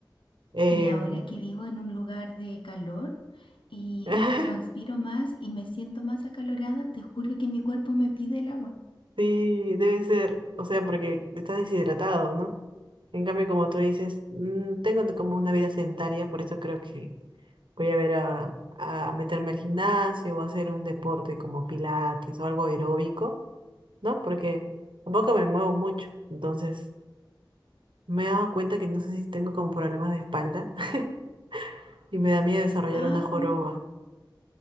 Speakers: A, on the right; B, on the left.
A: Em,
B: Y ahora que vivo en un lugar de calor y
A: <laughs>
B: transpiro más y me siento más acalorada, te juro que mi cuerpo me pide el agua.
A: sí, debe ser. O sea, porque estás deshidratado, ¿no? En cambio, como tú dices, mm, tengo como una vida sedentaria, por eso creo que voy a ver a, a meterme al gimnasio o hacer un deporte como pilates o algo aeróbico ¿no? Porque tampoco me muevo mucho. Entonces, me he dado cuenta que no sé si tengo como problemas de espalda <laughs> y me da miedo desarrollar
B: Ah,
A: una joroba.
B: como,